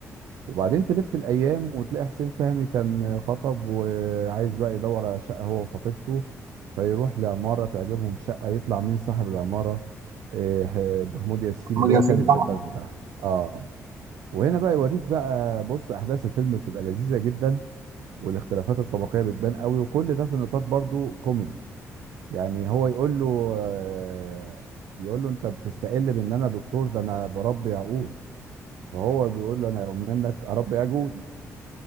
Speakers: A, on the right (about 80°); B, on the right (about 70°).
A: وبعدين تلف الايام وتلاقي حسين فهمي كان خطب وعايز بقى يدور على شقه هو وخطيبته فيروح لعماره تعجبهم شقه يطلع مين صاحب العماره إيه، ح- محمود ياسين
B: محمد
A: اللي
B: ياسين
A: هو كان الزبال
B: طبعا
A: بتاعهم اه وهنا بقى يوريك بقى بص احداث الفيلم بتبقى لذيذه جدا والاختلافات الطبقيه بتبان قوي وكل ده في نطاق برضو كوميدي يعني هو يقول له آه، يقول له انت بتستقل بان انا دكتور ده انا بربي عقول فهو بيقول له انا منك اربي عجول